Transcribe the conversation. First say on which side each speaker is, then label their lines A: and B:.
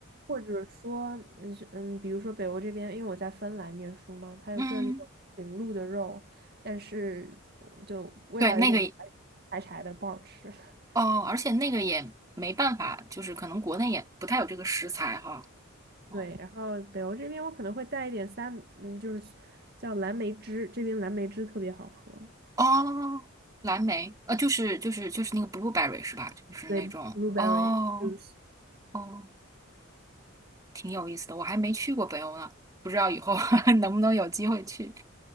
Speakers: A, on the right; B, on the right.
A: 或者说，嗯是嗯，比如说北欧这边，因为我在芬兰念书嘛，它有这里有驯鹿的肉，
B: <laughs> 嗯，
A: 但是就味道有点柴柴柴的，
B: 对，那个也
A: 不好吃。<laughs>
B: 哦，而且那个也没办法，就是可能国内也不太有这个食材哈。哦，
A: 对，然后北欧这边我可能会带一点三，嗯，就是叫蓝莓汁，这边蓝莓汁特别好喝，
B: 哦，蓝莓，呃，就是就是就是那个 blueberry 是吧？就是那种，
A: 对，blueberry
B: 哦
A: juice。
B: 哦，挺有意思的，我还没去过北欧呢，不知道以后 <laughs> 能不能有机会去。